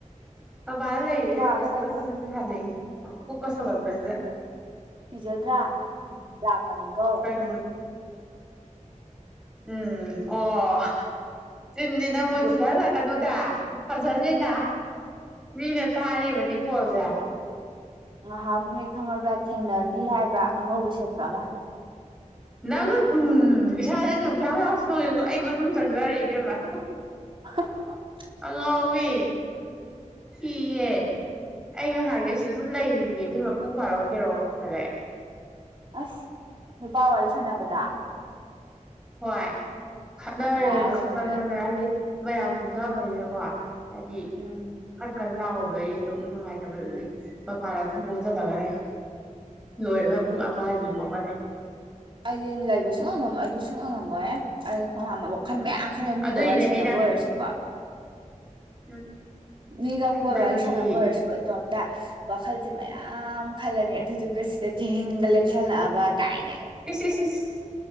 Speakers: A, in the centre; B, on the right.
A: ꯃꯄꯥꯟꯅ ꯂꯩꯔꯤ ꯏꯕꯦꯝꯃ
B: ꯀꯥꯗ
A: ꯀꯣꯏꯆꯠ
B: ꯂꯩꯕ꯭ꯔꯣ
A: ꯀꯣꯏꯆꯠ ꯆꯠꯄꯤ ꯁꯥꯅꯩꯅꯤ ꯄꯨꯛꯀ ꯁꯥꯎꯒꯠꯄꯖꯤꯗ
B: ꯎꯝ ꯀꯤꯖꯗ꯭ꯔꯥ ꯚꯨꯠ ꯂꯥꯛꯄꯅꯤꯀꯣ
A: ꯀꯩꯅꯣ ꯎꯝ ꯑꯣ ꯆꯤꯟꯖꯦ ꯅꯪꯕꯨ
B: ꯕꯨꯠ
A: ꯊꯤꯍꯜꯂꯛꯀꯅꯨꯗ ꯐꯖꯗꯦꯗ ꯃꯤꯅ ꯇꯥꯔꯤꯕꯅꯤ ꯀꯣꯜꯖꯦ
B: ꯉꯍꯥꯟꯃꯨꯛꯅꯦ ꯈꯪꯉꯕ꯭ꯔꯥ ꯊꯦꯡꯅꯈꯤ ꯍꯥꯏꯕ ꯑꯉꯧꯕ ꯁꯦꯠꯄ ꯑꯃ
A: ꯅꯪ ꯎꯝ ꯏꯁꯥꯥꯁꯦ ꯇꯨ ꯈꯌꯥꯎ ꯈꯌꯥꯎ ꯆꯣꯡꯉꯤꯀꯣ ꯑꯩ ꯃꯅꯨꯡ ꯆꯪꯖꯔꯦ ꯏꯕꯦꯝꯃ
B: ꯍꯥꯍꯥ
A: ꯑꯉꯥꯎꯕꯤ ꯀꯤꯌꯦ ꯑꯩ ꯉꯍꯥꯟꯒꯩ ꯁꯤꯗ ꯑꯗꯨꯝ ꯂꯩꯔꯤꯅꯦ ꯏꯕꯦꯝꯃ ꯄꯨꯡ ꯕꯥꯔꯣ ꯇꯦꯔꯣ ꯈꯪꯗꯒꯩ
B: ꯑꯁ ꯅꯨꯄꯥ ꯋꯥꯔꯤ ꯁꯟꯅꯕ ꯗ
A: ꯍꯣꯏ ꯈꯠꯅꯔꯦ
B: ꯌꯥꯔꯣꯏꯅꯦ
A: ꯈꯠꯅꯔꯦ ꯍꯥꯏꯗꯤ ꯃꯌꯥꯝ ꯇꯨꯝꯅꯕꯅꯤꯅꯀꯣ ꯍꯥꯏꯗꯤ
B: ꯎꯝ
A: <unintelligible> ꯂꯥꯎꯕꯗꯣ ꯑꯩꯗꯣ ꯅꯨꯡꯉꯥꯏꯇꯕꯗꯨꯗꯤ ꯃꯄꯥꯟꯗ ꯊꯣꯡ ꯂꯣꯟꯟꯖꯤꯜꯂꯒ ꯂꯩ ꯂꯣꯏꯔꯦ ꯏꯕꯦꯝꯃ ꯄꯨꯡ ꯑꯃ ꯑꯅꯤ ꯐꯥꯎꯀ ꯂꯩ
B: ꯑꯩꯗꯤ ꯂꯩꯕ ꯁꯨꯡ ꯑꯉꯝꯃꯣꯏ ꯑꯗꯨ ꯁꯨꯡ ꯑꯉꯝ ꯉꯝꯃꯣꯏ ꯉꯝꯃꯣꯏꯍꯦ <unintelligible> ꯋꯥꯈꯜ ꯃꯌꯥꯝ ꯈꯜꯂꯦ ꯃꯤꯒ
A: ꯑꯗꯨꯏꯅꯦ
B: ꯋꯥꯔꯤ ꯁꯥꯟꯅꯕ
A: ꯑꯩꯅ
B: ꯑꯣꯏꯔꯁꯨꯀꯣ
A: ꯎꯝ
B: ꯃꯤꯒ ꯀꯣꯜ
A: ꯅꯪꯒꯤ
B: ꯋꯔꯤ ꯁꯥꯟꯅꯕ ꯑꯣꯏꯔꯁꯨ ꯏꯇꯣꯝ ꯗꯥ ꯋꯥꯈꯜꯁꯦ ꯃꯌꯥꯝ ꯈꯜꯂꯅꯤ ꯑꯗꯨꯗꯨꯒ ꯁꯤꯗ ꯊꯦꯡꯒ ꯂꯦꯞꯁꯜꯂꯛ ꯑꯕ ꯀꯥꯏꯅ
A: ꯏꯁ ꯏꯁ ꯏꯁ